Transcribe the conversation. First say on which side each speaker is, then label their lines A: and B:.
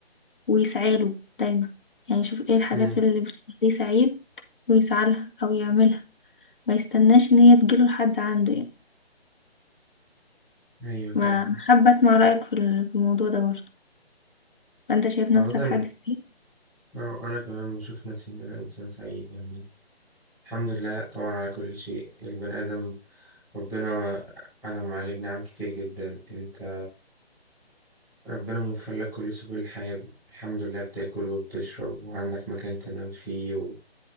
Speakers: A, on the left (about 55°); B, in the centre.
A: ويسعاله دايما يعني يشوف ايه الحاجات
B: مم.
A: اللي بتخليه سعيد ويسعالها او يعملها ما يستناش ان هي تجيله لحد عنده يعني
B: ايوه فاهمك
A: ما أنا حابة اسمع رأيك في ال- في الموضوع ده برضو فانت شايف
B: عامة
A: نفسك حد سعيد
B: اه انا كمان بشوف نفسي ان انا انسان سعيد يعني الحمد لله طبعا على كل شيء البني ادم ربنا انعم عليه بنعم كتير جدا انت ربنا موفر لك كل سبل الحياة الحمد لله بتاكل وبتشرب وعندك مكان تنام فيه